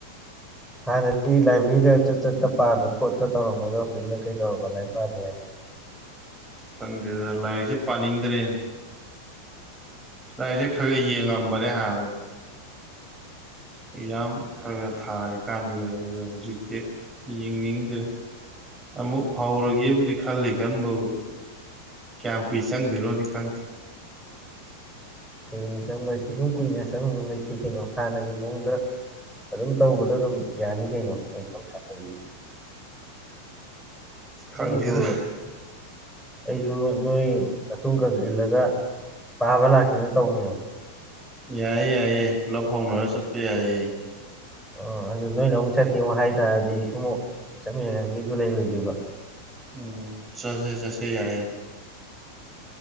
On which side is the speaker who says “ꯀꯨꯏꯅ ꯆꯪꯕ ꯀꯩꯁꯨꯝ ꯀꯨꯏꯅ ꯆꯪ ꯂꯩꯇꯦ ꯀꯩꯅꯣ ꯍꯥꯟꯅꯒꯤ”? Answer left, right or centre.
Centre